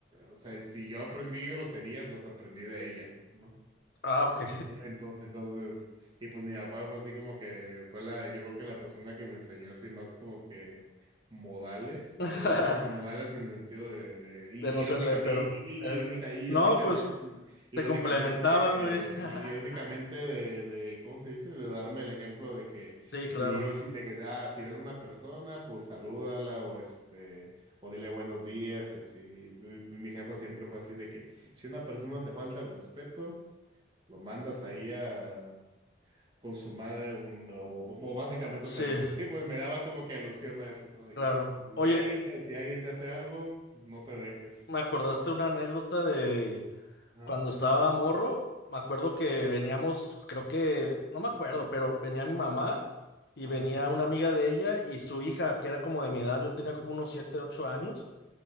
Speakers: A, on the right (about 25°); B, on the left (about 55°).
A: o sea, si yo aprendí groserías, las aprendí de ella, ¿no?
B: Ah, ok.
A: Entonces, entonces, y pues mi papá fue así como que fue la, yo creo que la persona que me enseñó así más como que modales,
B: <laughs>
A: modales en modales en el sentido de, de- y-
B: De no
A: irónica,
B: serle, pero.
A: i- i- i-
B: eh,
A: irónica, irónicamente,
B: No, pues
A: no, irónicamente,
B: te complementaban, güey. <laughs>
A: eh, irónicamente de, de, ¿cómo se dice? De darme el ejemplo de que
B: Sí, claro.
A: si, o si- de que, ah, si ves a una persona, pues salúdala o este, o dile buenos días y así. Mi, mi jefa siempre fue así de que si una persona te falta el respeto lo mandas ahí a, con su madre, un- o, o básicamente,
B: Sí,
A: o sea, sí, pues me daba como que alusión a eso, ¿no? De
B: claro.
A: que si,
B: Oye,
A: de alguien te, si alguien te hace algo, no te dejes.
B: me acordaste una anécdota de.
A: Ajá,
B: Cuando estaba morro, me acuerdo que veníamos, creo que, no me acuerdo, pero venía mi mamá y
A: ajá,
B: venía una amiga de ella y su hija, que era como de mi edad, yo tenía como unos 7, 8 años,